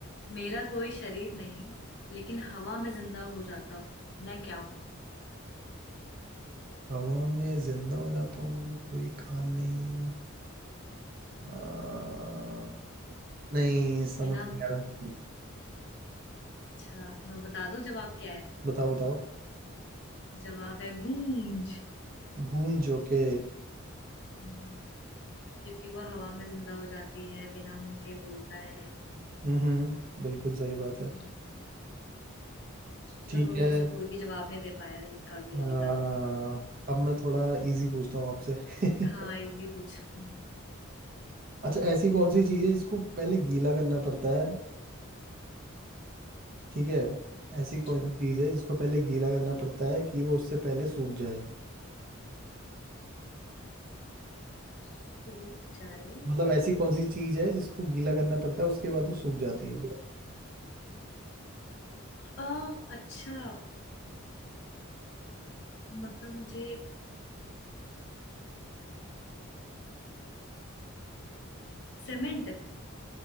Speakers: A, on the left; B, on the right.
A: मेरा कोई शरीर नहीं लेकिन हवा में जिंदा हो जाता हूँ मैं क्या हूँ
B: हवा में जिंदा हो जाता हूँ कोई कान नहीं आ, नहीं समझ
A: बिना
B: नहीं आ रहा
A: अच्छा तो मैं बता दूं जवाब क्या है
B: बताओ बताओ
A: जवाब है गूंज
B: गूंज ओके
A: हम्म, क्योंकि वह हवा में जिंदा हो जाती है बिना मुंह के बोलता है
B: हम्म बिल्कुल सही बात है
A: हम्म चलो
B: ठीक
A: दोनों
B: है
A: में से कोई भी जवाब नहीं दे पाया एक का भी
B: आ,
A: अभी तक
B: अब मैं थोड़ा इजी पूछता हूँ आपसे <laughs>
A: हाँ इजी पूछ हम्म,
B: अच्छा ऐसी कौन सी चीज़ है जिसको पहले गीला करना पड़ता है ठीक है ऐसी
A: अच्छा
B: कौन सी चीज़ है जिसको पहले गीला करना पड़ता है कि वो उससे पहले सूख जाए
A: सूख जाए
B: मतलब ऐसी कौन सी चीज है जिसको गीला करना पड़ता है उसके बाद वो सूख जाती है
A: आ अच्छा मतलब मुझे सीमेंट